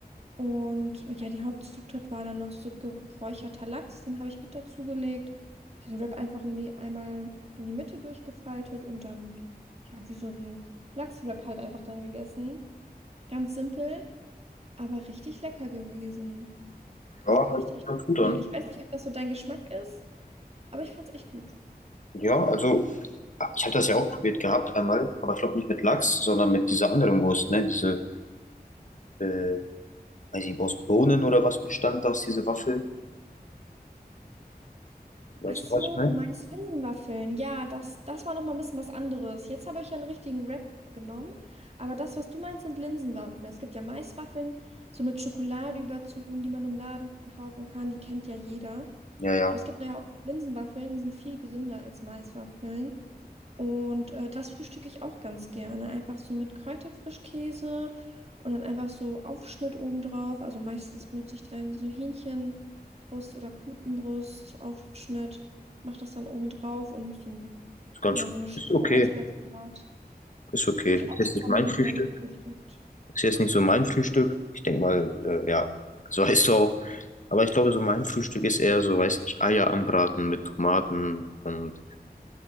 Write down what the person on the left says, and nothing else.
Ja,
hört
sich
ganz gut
an.
Ja, also ah, ich hatte das ja auch probiert gehabt einmal, aber ich glaube nicht mit Lachs, sondern mit dieser anderen Wurst, ne? Diese, äh, weiß ich, nicht aus Bohnen oder was bestand das, diese Waffel? Weißt
du, was ich meine?
Ja, ja.
Ist ganz,
ist okay.
Ist okay.
Ist
jetzt
nicht
mein
Frühstück.
Ist jetzt nicht so mein Frühstück. Ich denke mal, äh, ja, das weißt du auch. Aber ich glaube, so mein Frühstück ist eher so, weiß nicht, Eier anbraten mit Tomaten und